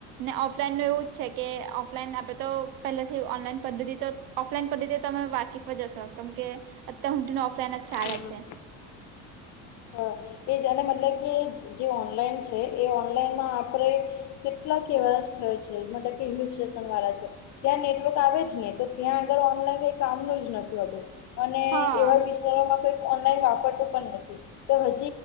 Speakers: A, on the right (about 75°); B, on the left (about 50°).
A: ને ઓફલાઈનનું એવું જ છે કે ઓફલાઈન આપણે તો પહેલાથી ઓનલાઈન પદ્ધતિ તો ઓફલાઈન પણ રીતે તમે વાકીફ પર જશો કેમ કે અત હઊંટીને ઓફલાઈન જ ચાલે
B: હા હા
A: છે.
B: હા એ જેને મતલબ કે જે ઓનલાઈન છે એ ઓનલાઈનમાં આપણેે કેટલાક એવા સ્થળ છે. મતલબ કે હિલ સ્ટેશન વાળા છે. ત્યાં નેટવર્ક આવે જ ને તો ત્યાં આગળ ઓનલાઈન કઈ કામનું જ નથી હોતું. અને
A: હા
B: એવા વિિસ્તારોમાં કઈ ઓનલાઈન વાપરતું પણ નથી તો હ,